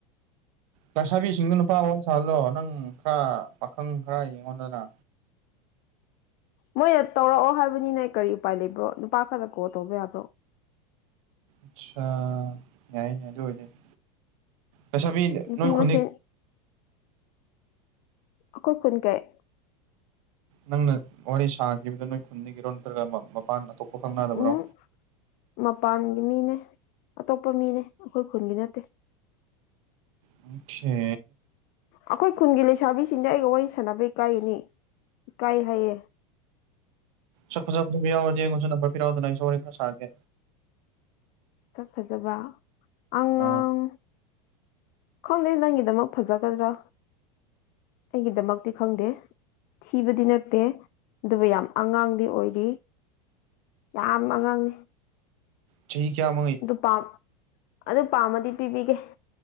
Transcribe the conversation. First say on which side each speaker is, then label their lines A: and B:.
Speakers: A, on the right; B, on the left.
A: ꯂꯩꯁꯥꯕꯤꯁꯤꯡꯗꯣ ꯅꯨꯄꯥ ꯋꯥꯔꯤ ꯁꯥꯍꯜꯂꯣ ꯅꯪ ꯈꯔ ꯄꯥꯈꯪ ꯈꯔ ꯌꯦꯡꯉꯣꯗꯅ
B: ꯃꯣꯏꯅ ꯇꯧꯔꯛꯑꯣ ꯍꯥꯏꯕꯅꯤꯅꯦ ꯀꯔꯤ ꯎꯄꯥꯏ ꯂꯩꯕ꯭ꯔꯣ ꯅꯨꯄꯥ ꯈꯔꯗ ꯀꯣꯜ ꯇꯧꯕ ꯌꯥꯕ꯭ꯔꯣ
A: ꯑꯠꯆꯥ ꯌꯥꯏ ꯑꯗꯨꯑꯣꯢꯔꯗꯤ ꯂꯩꯁꯥꯕꯤ
B: ꯅꯨꯄꯤ
A: ꯅꯣꯏ ꯈꯨꯟꯗꯤ
B: ꯃꯁꯦꯟ ꯑꯩꯈꯣꯢ ꯈꯨꯟ ꯀꯩ
A: ꯅꯪꯅ ꯋꯥꯔꯤ ꯁꯥꯈꯤꯕꯗꯨ ꯅꯣꯏ ꯈꯨꯟꯗꯒꯤꯔꯣ ꯅꯠꯇ꯭ꯔꯒ ꯃꯄꯥꯟ ꯑꯇꯣꯞꯄ ꯈꯪꯅꯔꯕ꯭ꯔꯣ
B: ꯎꯝ ꯃꯄꯥꯟꯒꯤ ꯃꯤꯅꯦ ꯑꯇꯣꯞꯄ ꯃꯤꯅꯦ ꯑꯩꯈꯣꯏ ꯈꯨꯟꯒꯤ ꯅꯠꯇꯦ
A: ꯑꯣꯀꯦ
B: ꯑꯩꯈꯣꯏ ꯈꯨꯟꯒꯤ ꯂꯩꯁꯥꯕꯤꯁꯤꯡꯗꯤ ꯑꯩꯒ ꯋꯥꯔꯤ ꯁꯥꯟꯅꯕ ꯏꯀꯥꯏꯒꯅꯤ ꯏꯀꯥꯏ ꯍꯥꯏꯌꯦ
A: ꯁꯛ ꯐꯖ ꯐꯖꯕ ꯌꯥꯎꯔꯗꯤ ꯑꯩꯉꯣꯟꯁꯨ ꯅꯝꯕꯔ ꯄꯤꯔꯛꯎꯗꯅ ꯑꯩꯁꯨ ꯋꯥꯔꯤ ꯈꯔ ꯁꯥꯒꯦ
B: ꯐꯖꯕ ꯑꯉꯥꯡ
A: ꯑꯥ
B: ꯈꯪꯗꯦ ꯅꯪꯒꯤꯗꯃꯛ ꯐꯖꯒꯗ꯭ꯔꯥ ꯑꯩꯒꯤꯗꯃꯛꯇꯤ ꯈꯪꯗꯦ ꯊꯤꯕꯗꯤ ꯅꯠꯇꯦ ꯑꯗꯨꯕꯨ ꯌꯥꯝ ꯑꯉꯥꯡꯗꯤ ꯑꯣꯏꯔꯤ ꯌꯥꯝ ꯑꯉꯥꯡꯉꯤ
A: ꯆꯍꯤ ꯀꯌꯥ ꯃꯤ
B: ꯄꯥꯝ ꯑꯗꯨ ꯄꯥꯝꯃꯗꯤ ꯄꯤꯕꯤꯒꯦ